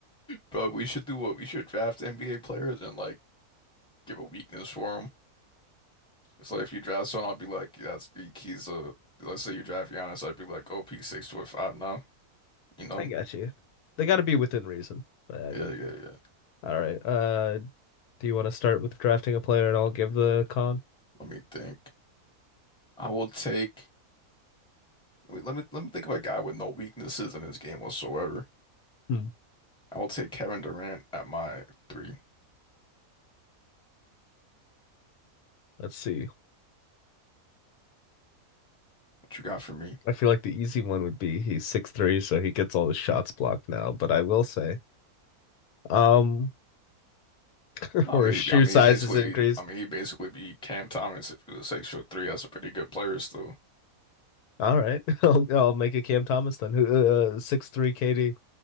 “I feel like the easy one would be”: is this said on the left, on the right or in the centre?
Left